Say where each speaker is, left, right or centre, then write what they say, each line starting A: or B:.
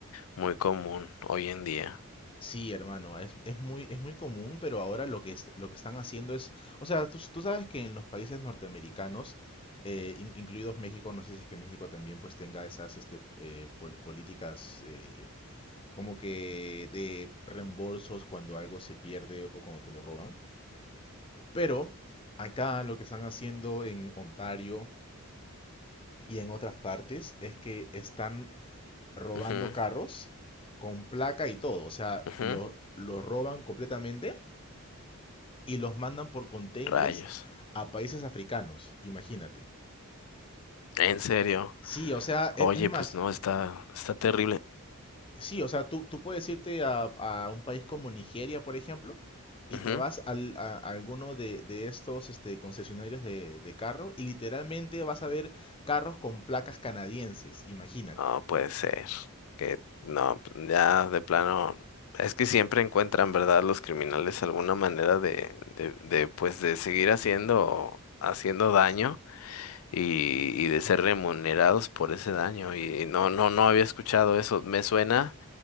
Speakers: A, on the left; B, on the left.
A: muy común hoy en día.
B: Sí, hermano, es, es muy, es muy común, pero ahora lo que, es- lo que están haciendo es... O sea, tú, tú sabes que en los países norteamericanos, eh, in- incluidos México, no sé si es que México también pues tenga esas este, eh, pol- políticas... eh, como que de reembolsos cuando algo se pierde o cuando te lo roban. Pero acá lo que están haciendo en Ontario y en otras partes es que están robando
A: Ujú,
B: carros con placa y todo. O sea,
A: ujú,
B: los lo roban completamente y los mandan por containers
A: Rayos.
B: a países africanos, imagínate.
A: ¿En serio?
B: Sí, o sea,
A: Oye,
B: es, es más,
A: pues no, está, está terrible.
B: Sí, o sea, tú, tú puedes irte a, a un país como Nigeria, por ejemplo, y
A: Ujú,
B: te vas al- a, a alguno de, de estos este, concesionarios de, de carros y literalmente vas a ver carros con placas canadienses, imagínate.
A: No puede ser. Que no, pues, ya de plano. Es que siempre encuentran, ¿verdad? Los criminales alguna manera de, de, de, pues, de seguir haciendo, haciendo daño. y, y de ser remunerados por ese daño. Y no, no, no había escuchado eso. Me suena